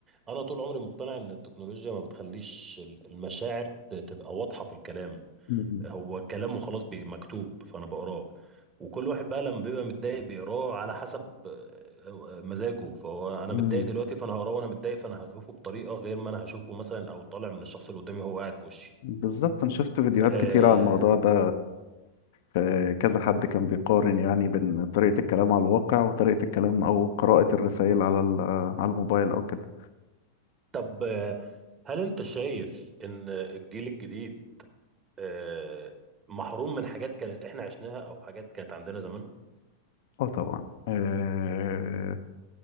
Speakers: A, on the right; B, on the left.
A: انا طول عمري مقتنع ان التكنولوجيا ما بتخليش ال- المشاعر ت- تبقى واضحه في الكلام
B: م-
A: هو كلامه خلاص بي- مكتوب فانا بقراه وكل واحد بقى لما بيبقى متضايق بيقراه على حسب آه، آه، مزاجه فهو انا
B: م-
A: متضايق دلوقتي فانا هقراه وانا متضايق فانا هشوفه بطريقه غير ما انا هشوفه مثلا او طالع من الشخص اللي قدامي وهو قاعد في وشي
B: بالظبط انا شفت فيديوهات
A: آه
B: كتير على الموضوع ده في كذا حد كان بيقارن يعني بين طريقه الكلام على الواقع وطريقه الكلام او قراءه الرسائل على ال- على الموبايل او كده
A: طب آه، هل انت شايف ان الجيل الجديد آه محروم من حاجات كانت احنا عشناها او حاجات كانت عندنا زمان
B: اه طبعا آه،